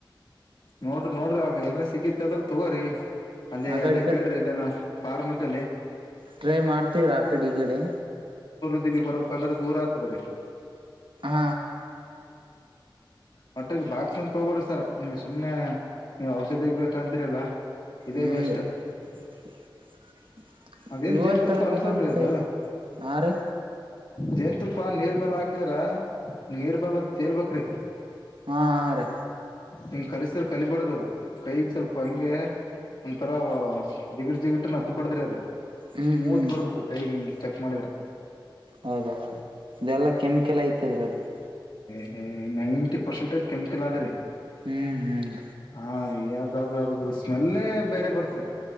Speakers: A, on the left (about 60°); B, on the right (about 75°).
A: ನೋಡ್ರಿ ನೋಡ್ರಿ ಆ ಎಲ್ಲ ಸಿಕ್ಕಿತ್ ಅದ್ರ ತಗೋ್ರಿ ಅಲ್ಲಿ
B: ಆ ಕಡೆ
A: ಅಲ್ಲೇ
B: ಈ ಕಡೆ
A: ಕೇಳ್ರಿ ಇಲ್ಲೇನ ಪಾರ್ಮದಲ್ಲಿ
B: ಟ್ರೈ ಮಾಡ್ತೀವ್ರಾ ಆ ಕಡೆ ಈ ಕಡೆ
A: ಲ್ಲಿ ಬರಬೇಕಂದ್ರೆ ದೂರ ಆಗ್ತದ ರ
B: ಆ
A: ಮಟ್ಟೆದು ಬಾಕ್ಸ್ ಅಂದ ತಗಬೋಡ ಸರ ನೀವ್ ಸುಮ್ನೆ ನೀವು ಔಷಧಿಗ್ ಬೇಕಂತಿರಲ್ಲ ಇದೇ
B: ಹ್ಮ್
A: ಬೆಸ್ಟ್
B: ರೀ <inaudible>
A: ಅದೇನ್
B: ಇವರ್
A: ಜೇನ್ ತುಪ್ಪು
B: ತರಬೇಕಂತ
A: ಅನ್ಸಲ್ರಿ ಅದು
B: ಐತಿ ಹಾ ರೀ
A: ಜೇನ್ ತುಪ್ಪ ನೀರ್ ಮೇಾಲ ಹಾಕಿದ್ರ ನೀರ್ ಮೇಲ ತೇಲ್ಬ್ರಿ
B: ಆ ರ
A: ಹಿಂಗ ಕಲಸ್ರೆ ಕಲಿಬಾರ್ದ ಅದು ಕೈಗೆ ಸ್ವಲ್ಪ ಹಂಗೆ ಒಂತರ ಜಿಗಟ್ ಜಿಗಟನ್ ಹತ್ಬಡದ್ರಿ ಅದ
B: ಹ್ಮ್
A: ಸ್ಮೂತ್
B: ಹ್ಮ್
A: ಬರ್ಬೇಕ ರತ್ತ ಈಗ ಹಿಂಗ ಚೆಕ್ ಮಾಡಿದ್ರ
B: ಹೌದೌದು ಇದೆಲ್ಲ ಕೆಮಿಕಲ್ ಐತದ್ರೀ ಅದಗೆ
A: ಏ ನೈಂಟಿ ಪರ್ಸೆಂಟೇಜ್ ಕೆಮಿಕಲ್ ಆದ್ರೆ
B: ಹ್ಮ್ ಹ್ಮ್
A: ಹಾ ಯ್ದಾದಾದ ಸ್ಮೆಲ್ಲೇ ಬೇರೆ ಬರ್ತಾರೆ